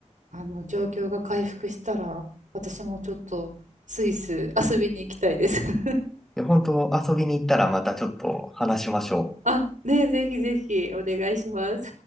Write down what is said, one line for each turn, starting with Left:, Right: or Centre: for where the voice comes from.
Right: あの、状況が回復したら、私もちょっとスイス遊びに行きたいです。<laughs>
Centre: で、本当遊びに行ったらまたちょっと話しましょう。
Right: あ、ねえ、ぜひぜひお願いします。